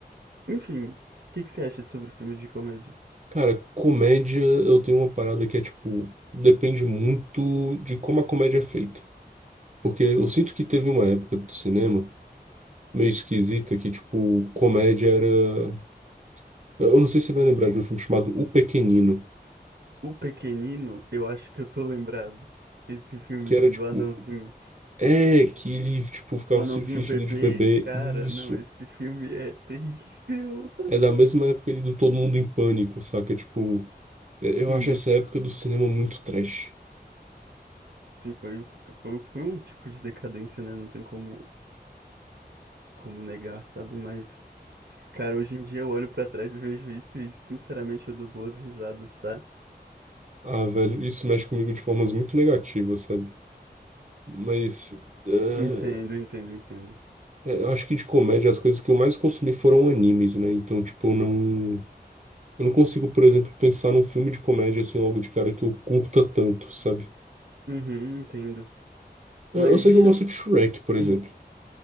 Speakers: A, on the right (about 85°); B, on the right (about 45°).
A: Enfim, o que que você acha sobre filmes de comédia?
B: Cara, comédia, eu tenho uma parada que é tipo, depende muito de como a comédia é feita. Porque eu sinto que teve uma época do cinema meio esquisita que, tipo, comédia era. Eu eu não sei se você vai lembrar de um filme chamado O Pequenino,
A: O Pequenino, eu acho que eu tô lembrado. Esse filme,
B: que
A: assim,
B: era tipo.
A: do Anãozinho.
B: É, que ele, tipo, ficava
A: O Anãozinho
B: se fingindo
A: Bebê,
B: de bebê.
A: cara,
B: Isso.
A: não, esse filme é terrível.
B: É da mesma época ali do Todo Mundo em Pânico, saca? Tipo, eu eu
A: <laughs> Sim,
B: acho
A: desse,
B: essa época do cinema muito trash.
A: sim, foi, foi, foi um tipo de decadência, né? Não tem como, como negar, sabe? Mas, cara, hoje em dia eu olho pra trás e vejo isso e, sinceramente, eu dou boas risadas, tá?
B: Ah, velho, isso mexe comigo de formas muito negativas, sabe? Mas eh,
A: Entendo, entendo, entendo.
B: é, eu acho que de comédia as coisas que eu mais consumi foram animes, né? Então, tipo, eu não, eu não consigo, por exemplo, pensar num filme de comédia assim logo de cara que eu curta tanto, sabe?
A: Uhum, entendo.
B: Eu,
A: Mas
B: eu sei
A: deixa
B: que eu gosto
A: eu...
B: de Shrek, por exemplo.
A: Hum,